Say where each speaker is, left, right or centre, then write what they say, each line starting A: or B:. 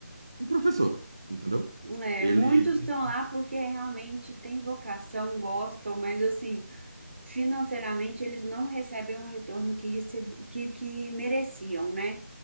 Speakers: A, on the right (about 15°); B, on the right (about 45°).
A: O professor, entendeu?
B: É,
A: Ele,
B: muitos estão lá porque realmente têm vocação, gostam, mas assim, financeiramente eles não recebem o retorno que, receb... que, que mereciam, né?